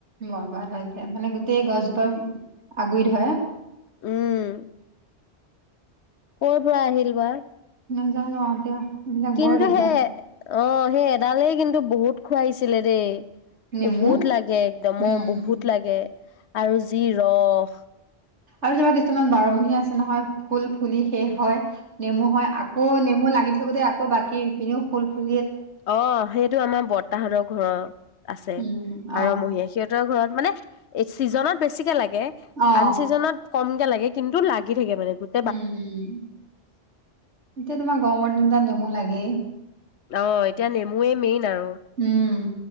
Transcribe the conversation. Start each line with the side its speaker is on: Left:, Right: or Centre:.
Right: বৰবাদ হৈ যায় মানে গোটেই গছজোপাক আগুৰি ধৰে।
Left: উম ক'ৰ পৰা আহিল বা।
Right: নাজানো আৰু দিয়া এইবিলাক
Left: কিন্তু
Right: বৰ দিগদাৰ
Left: সেই অ সেই এডালেই কিন্তু বহুত খুৱাইছিলে দেই।
Right: নেমু
Left: বহুত লাগে একদমো
Right: উম
Left: অ বহুত লাগে আৰু যি ৰস
Right: আৰু চাবা কিছুমান বাৰমহীয়া আছে নহয় ফুল ফুলি শেষ হয় নেমু হয় আক আকৌ নেমু লাগি থাকোতে আক বাকী পিনেও ফুল ফুল
Left: অ সেইটো আমাৰ বৰতাহতৰ ঘৰৰ আছে
Right: উম
Left: বাৰমহীয়া
Right: অ
Left: সিহঁতৰ ঘৰত মানে ছিজনত বেছিকে লাগে
Right: অ
Left: আন ছিজনত কমকে লাগে কিন্তু লাগি থাকে মানে গোট
Right: উম উম এতিয়া তোমাৰ গৰমৰ দিন কেতাত নেমু লাগেই
Left: অ এতিয়া নেমুৱে মেইন আৰু।
Right: উম